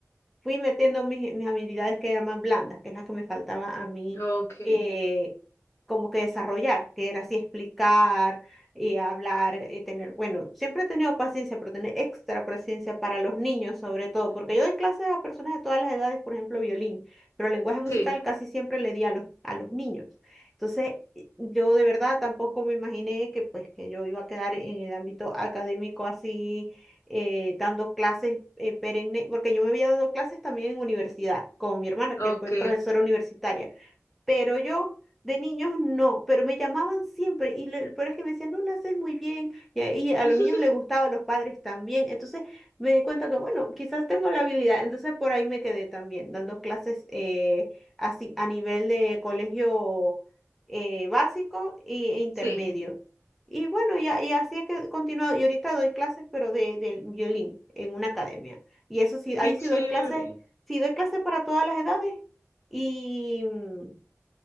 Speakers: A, in the centre; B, on the left.
A: fui metiendo mis, mis habilidades que llaman blandas, que es la que me faltaba a mí
B: Ok.
A: eh, como que desarrollar, que era así explicar, eh, hablar, eh, tener, bueno, siempre he tenido paciencia, pero tener extra paciencia para los niños sobre todo, porque yo doy clases a personas de todas las edades, por ejemplo, violín, pero lenguaje musical
B: Sí,
A: casi siempre le di a los, a los niños. Entonces, y- yo de verdad tampoco me imaginé que pues que yo iba a quedar en el ámbito académico así eh, dando clases eh, perenne, porque yo me había dado clases también en universidad con mi hermana,
B: Ok,
A: que fue profesora universitaria pero yo de niños no, pero me llamaban siempre y lo, el peor es que me decían, no lo haces muy bien y, a y a
B: <laughs>
A: los niños les gustaba, a los padres también, entonces me di cuenta que bueno, quizás tengo la habilidad, entonces por ahí me quedé también dando clases eh, así a nivel de colegio eh, básico e, e intermedio.
B: sí,
A: Y bueno, y, a- y así es que he continuado, y ahorita doy clases pero de, del violín en una academia. Y eso sí, ahí
B: qué chévere.
A: sí doy clases, sí doy clases para todas las edades. Y, mm,